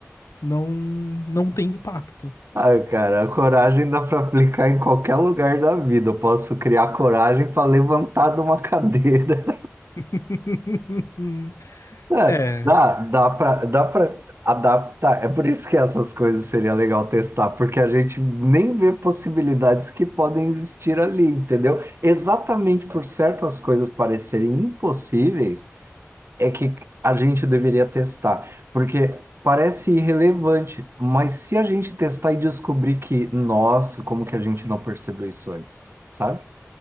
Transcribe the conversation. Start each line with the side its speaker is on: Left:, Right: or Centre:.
Left: não, não tem impacto.
Right: Ai, cara, a coragem dá para aplicar em qualquer lugar da vida. Eu posso criar coragem para levantar de uma cadeira.
Left: <laughs>
Right: É,
Left: É,
Right: dá, dá pra, dá pra adaptar. É por isso que essas coisas seria legal testar, porque a gente nem vê possibilidades que podem existir ali, entendeu? Exatamente por certas coisas parecerem impossíveis é que a gente deveria testar, porque parece irrelevante, mas se a gente testar e descobrir que, nossa, como que a gente não percebeu isso antes, sabe?